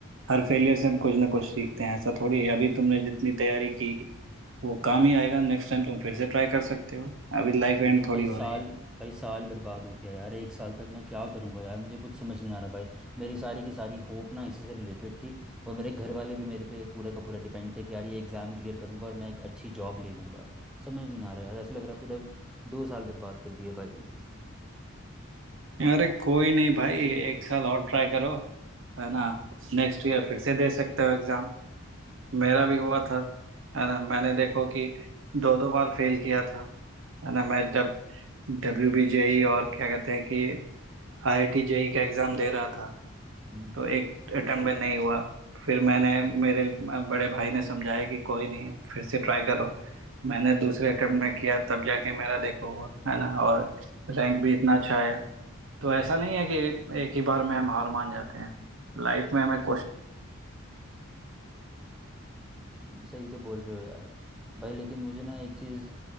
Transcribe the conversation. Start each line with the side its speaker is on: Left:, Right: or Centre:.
Right: हर फेलियर से हम कुछ ना कुछ सीखते हैं ऐसा थोड़ी है अभी तुमने जितनी तैयारी की वो काम ही आएगा नेक्स्ट टाइम तुम फिर से ट्राई कर सकते हो अभी लाइफ एंड
Centre: लेकिन भाई
Right: थोड़ी हो
Centre: साल
Right: रही है
Centre: भाई साल बर्बाद हो गया यार एक साल तक मैं क्या करूँगा यार मुझे कुछ समझ नहीं आ रहा भाई मेरी सारी की सारी होप ना इसी से रिलेटेड थी और मेरे घर वाले भी मेरे पे पूरा का पूरा डिपेंड थे कि यार ये एग्ज़ाम क्लियर करूँगा और मैं एक अच्छी जॉब ले लूँगा समझ नहीं आ रहा यार ऐसे लग रहा है पूरा दो साल बर्बाद कर दिए भाई
Right: अरे कोई नहीं भाई एक साल और ट्राई करो है ना नेक्स्ट ईयर फिर से दे सकते हो एग्जाम मेरा भी हुआ था है ना मैंने देखो कि दो दो बार फेल किया था है ना मैं जब डब्ल्यू बी जे ई और क्या कहते हैं कि आईआईटी जेई का एग्ज़ाम दे रहा था,
Centre: हम्म,
Right: तो एक अटेम्प्ट में नहीं हुआ। फिर मैंने मेरे अ, बड़े भाई ने समझाया कि कोई नहीं फिर से ट्राई करो। मैंने दूसरे अटेम्प्ट में
Centre: हम्म,
Right: किया तब जाके मेरा देखो हुआ, है ना? और रैंक भी इतना अच्छा आया। तो ऐसा नहीं है कि एक ही बार में हम हार मान जाते हैं। लाइफ में हमें कोशिश
Centre: सही तो बोल रहे हो यार भाई लेकिन मुझे ना एक चीज़